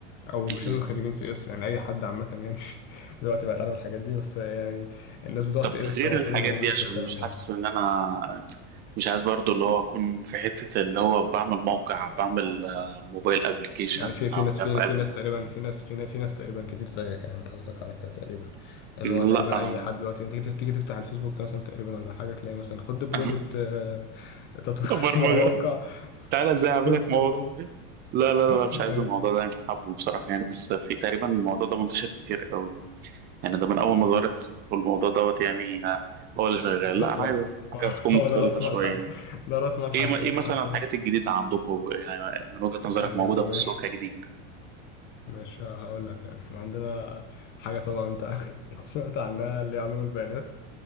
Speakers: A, on the left; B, on the right.
A: او
B: مهم.
A: مش لازم خريجين سي اس يعني اي حد عامه يعني <laughs> دلوقتي بقى يتعلم الحاجات دي بس يعني الناس بتوع
B: طب
A: سي اس
B: غير
A: هو المفروض
B: الحاجات
A: ان هم
B: دي
A: بيدرسوا
B: عشان
A: الكلام
B: مش حاسس
A: ده
B: ان انا مش عايز برضو اللي هو اكون في حتة اللي هو بعمل موقع بعمل آه، موبايل ابلكيشن
A: يعني في في ناس
B: مش عارف
A: في
B: أعمل-
A: في ناس تقريبا في ناس في ناس في ناس تقريبا كتير زيك يعني قصدك على كده تقريبا لان
B: لا
A: هو تقريبا
B: آه،
A: اي حد دلوقتي انت تيجي تيجي تفتح الفيسبوك مثلا تقريبا ولا حاجه تلاقي مثلا خد دبلومه
B: <laughs>
A: آه، تطوير
B: برمجة
A: <laughs> مواقع
B: تعالى ازاي اعمل
A: خد
B: لك موقع
A: دبلومه
B: لا لا
A: <laughs>
B: لا مش عايز
A: ايوه
B: الموضوع ده مش حابه بصراحة يعني بس في تقريبا الموضوع ده منتشر كتير قوي يعني ده من اول
A: أمم.
B: ما ظهرت حسابات والموضوع دوت يعني آه، هو اللي شغال
A: بالظبط
B: لا انا
A: هو
B: عايز حاجة
A: هو
B: تكون
A: هو
B: مختلفة
A: ده راس
B: شوية
A: مال حسن
B: يعني
A: ده راس مال حسابات
B: ايه ايه مثلا
A: حرفيا
B: الحاجات الجديدة عندكم يعني من وجهة نظرك
A: يعني
B: موجودة
A: مش
B: في السوق كجديد
A: مش هقول لك يعني احنا عندنا حاجه طبعا انت <laughs> سمعت عنها اللي هي علوم البيانات